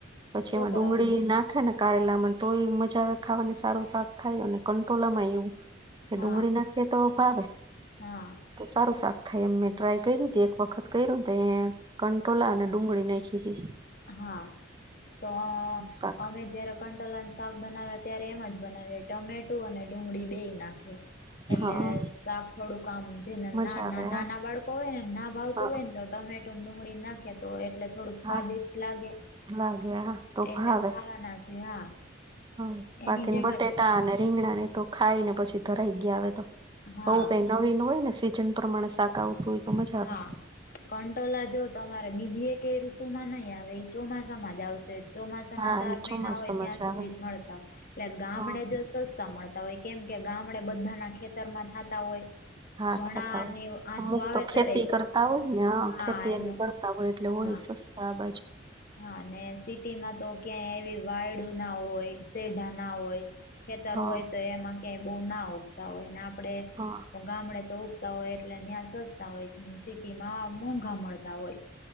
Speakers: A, on the right (about 25°); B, on the left (about 50°).
A: પછી
B: છોકરાઓને
A: એમાં ડુંગળી નાખે ને કારેલામાં તો એ મજા આવે ખાવાની સારું શાક થાય અને કંટોલા માં એવું કે ડુંગળી
B: હા
A: નાખીએ તો ભાવે
B: હા
A: તો સારું શાક થાય એમ મેં
B: હા
A: ટ્રાય કરી તે એક વખત કર્યું ન તે કંટોલા અને ડુંગળી નાખી તી
B: હા, તો
A: શાક
B: અમે જ્યારે કંટલાને શાક બનાવ્યા ત્યારે એમ જ બનાવી ટમેટો અને ડુંગળી બેય નાખીએ એટલે
A: હા
B: શાક થોડુંક આમ જેને
A: મજા
B: નાના,
A: આવે હા
B: નાના બાળકો હોય ને ના ભાવતું
A: હા
B: હોય ને તો ટમેટ ડુંગળી નાખીએ તો એટલે થોડુંક સ્વાદિષ્ટ
A: હા
B: લાગે
A: લાગે હા તો
B: એટલે,
A: ભાવે
B: ખાવાના છે હા
A: હ, બાકીને
B: એની જેમ
A: બટેટા
B: જ
A: અને રીંગણા ને તો ખાઈ ને પછી ધરાઈ ગયા હવે તો
B: હા
A: આવું કઈ નવી નું હોય ને સીઝન પ્રમાણે શાક આવતું હોય તો મજા
B: હા
A: આવે
B: કંટોલા જો તમારે બીજી એક એ ઋતુ માં ની આવે એ ચોમાસામાં જ આવશે ચોમાસા
A: હા
B: ના ચાર
A: એ ચોમાસામાં
B: મહિના હોય ત્યાં સુધી
A: આવે
B: જ મળતા હોય એટલે ગામડે
A: હા
B: જો સસ્તા મળતા હોય કેમ કે ગામડે બધા ના ખેતર માં થાતા હોય
A: હા,
B: ઘણા
A: થાતા હોય
B: આનું
A: અમુક્ત
B: વાવેતર
A: ખેતી કરતા હોય ને, હ
B: હા
A: ખેતી એની
B: એનું
A: કરતા હોય એટલે હોય
B: હા
A: સસ્તા બાજુ
B: હા, અને સિટીમાં તો ક્યાં એવી વાયડું ના હોય, શેઢા ના હોય ખેતર
A: હા
B: હોય તો એમાં ક્યાંય બહુ ના ઉગતા હોય ને આપડે
A: હ
B: ગામડે તો ઊગતા હોય એટલે ત્યાં સસ્તા હોય સિટીમાં મોંઘા મળતા હોય